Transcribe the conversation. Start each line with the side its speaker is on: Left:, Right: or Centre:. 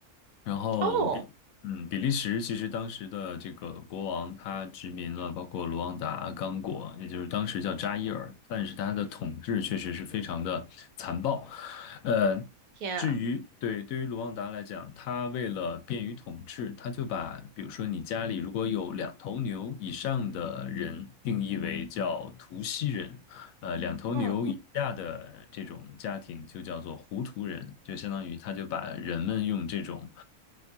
Left: 然后比嗯，
Right: 哦，
Left: 比利时其实当时的这个国王他殖民了包括卢旺达、刚果，也就是当时叫扎伊尔，但是他的统治确实是非常的残暴。呃，
Right: 天啊，
Left: 至于对对于卢旺达来讲，他为了便于统治，他就把比如说你家里如果有两头牛以上的人定义为叫图西人，呃，两头牛以下的这种家庭就叫做胡图人，
Right: 嗯，
Left: 就相当于他就把人们用这种。